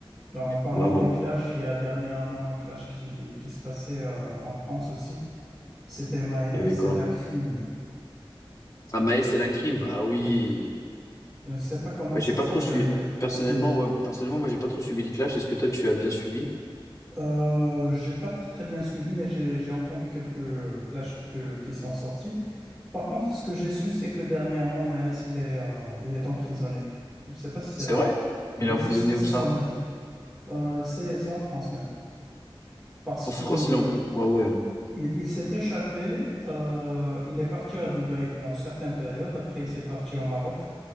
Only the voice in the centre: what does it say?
Ben, en parlant
des clashs, il y a dernièrement un clash qui, qui se passait euh, en France aussi. C'était Maes
et Lacrim.
Oui. Je ne sais pas comment
ça
s'est
terminé
parce
que
Euh, j'ai pas très, très bien suivi, mais j'ai j'ai entendu quelques clashs que- qui sont sortis. Par contre, ce que j'ai su, c'est que dernièrement, Maes, il est, euh, il est emprisonné. Je ne sais pas si c'est
vrai.
Oui,
c'est ce, c'est
ce qu'on m'a dit. Euh, c'est, c'est en France même. Parce
que
il, il s'est échappé, euh, il est parti à Dubaï pour une certaine période, après il s'est parti au Maroc,